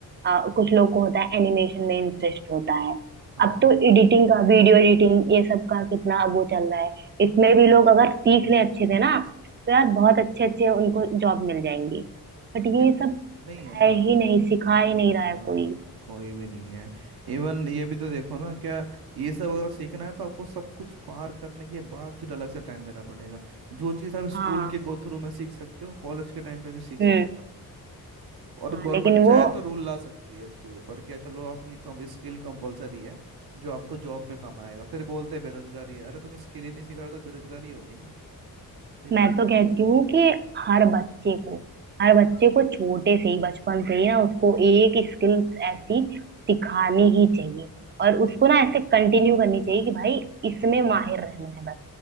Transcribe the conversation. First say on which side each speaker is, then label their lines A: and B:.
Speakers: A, on the right (about 30°); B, on the right (about 80°).
A: आ, कुछ लोग को होता है एनिमेशन में इंटरेस्ट होता है
B: हाँ
A: अब तो एडिटिंग का वीडियो एडिटिंग ये सब का कितना अब वो चल रहा है इसमें भी लोग अगर सीख लें अच्छे से ना तो यार बहुत अच्छे अच्छे उनको जॉब मिल जाएंगी बट
B: लेकिन
A: ये सब
B: नहीं है ना
A: है ही नहीं सिखा
B: बिल्कुल
A: ही नहीं
B: भी
A: रहा
B: नहीं
A: है
B: है भाई
A: कोई
B: कोई भी नहीं है इवन ये भी तो देखो ना क्या ये सब अगर सीखना है तो आपको सब कुछ पार करने के बाद फिर अलग से टाइम देना पड़ेगा जो चीज़ आप
A: हाँ
B: स्कूल के गो थ्रू में सीख सकते हो कॉलेज के टाइम पे भी सीख सकते
A: हम्म
B: हो और
A: हाँ
B: गवर्नमेंट
A: लेकिन वो
B: चाहे तो रूल ला सकती है इसके ऊपर क्या चलो आपकी कम स्किल कंपलसरी है जो आपको जॉब में काम आएगा फिर बोलते हैं बेरोजगारी है अरे तुम स्किल ही नहीं सीख रहे हो तो बेरोजगारी होगी ना सिर्फ
A: मैं
B: पढ़-
A: तो कहती हूँ कि हर बच्चे को हर बच्चे को छोटे से ही बचपन से ही ना उसको
B: हम्म
A: एक स्किल्स ऐसी सिखानी ही चाहिए और उसको ना ऐसे कंटिन्यू करनी चाहिए कि भाई इसमें माहिर रहना है बस